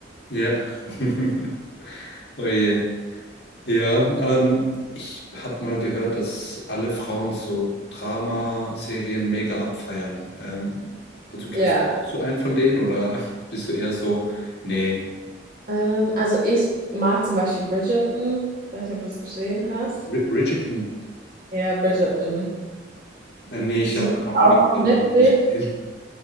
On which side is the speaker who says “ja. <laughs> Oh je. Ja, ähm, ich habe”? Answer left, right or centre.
Left